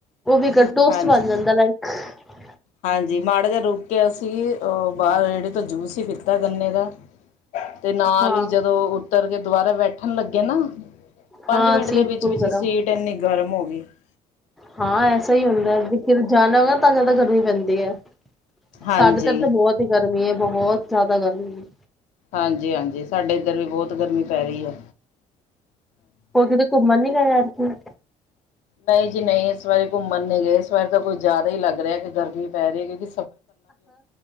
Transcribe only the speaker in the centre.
ਉਹ ਵੀ ਇੱਕ ਟੋਸਟ
ਬਣ ਜਾਂਦਾ ਲਾਈਕ ਹ
ਹਾਂ
ਹਾਂ
ਸੀਟ
ਫੁੱਲ
ਗਰਮ
ਹਾਂ, ਐਸਾ ਹੀ ਹੁੰਦਾ ਏ, ਜਾਣਾ ਹੋਵੇ ਨਾ ਤਾਂ ਜ਼ਿਆਦਾ ਗਰਮੀ ਪੈਂਦੀ। ਵਧਿਆ।
ਸਾਡੇ ਤਾਂ ਓਥੇ, ਬਹੁਤ ਹੀ ਗਰਮੀ ਗਰਮੀ ਹੈ, ਬਹੁਤ ਜ਼ਿਆਦਾ ਗਰਮੀ ਹੈ।
ਹੋਰ ਕਿਤੇ ਘੁੰਮਣ ਨੀ ਗਏ? ਅਜ